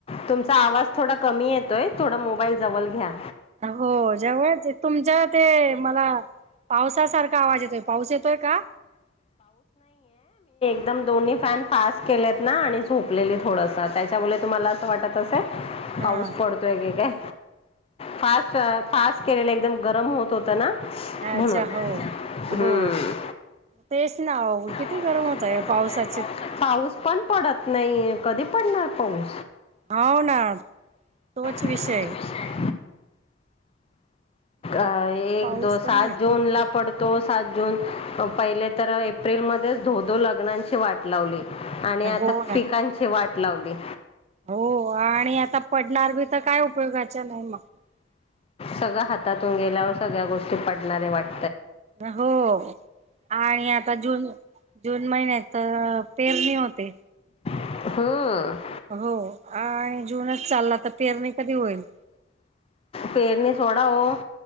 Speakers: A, on the left; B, on the right.
A: तुमचा आवाज थोडा कमी येतोय. थोडा मोबाईल जवल घ्या.
B: हो जव तुमच्या ते मला पावसासारखा आवाज येतोय पाऊस येतोय का?
A: एकदम दोन्ही फॅन फास्ट केलेत ना आणि झोपलेली थोडंस त्याच्यामुळे तुम्हाला -- वाटत अस काय
B: हा
A: पाऊस पडतोय की काय. फास फास्ट केलेले एकदम गरम होत होतं ना. म्हणून
B: अच्छा हो
A: हम्म.
B: हो. तेच ना किती किती
A: खूप
B: गरम होतय? पावसा
A: त्रास होतोय पाऊस पण पडत नाहीये. कधी पडणार? हो. मॅम.
B: हो ना तोच विषय
A: तोच विषय. अ एक
B: पाऊस
A: दो सात
B: पण
A: जुन ला पड -- तो सात जून पहिले तर एप्रिलमध्येच धोधो लग्नांची वाट लावली. आणि
B: हो
A: आता
B: ना
A: पिकांची वाट -- लावली.
B: हो आणि आता पट -- पडणार बी तर काय उपयोगाच्या नाही मग --
A: सगळं हातातून गेल्यावर सगळ्या गोष्टी पडणारे वाट --
B: हो आणि आता जून जून महिन्यात तर पेरणी होत ते
A: हा
B: हो आणि जुनच चालला तर पेरणी कधी होईल
A: पेरनी सोडा ओ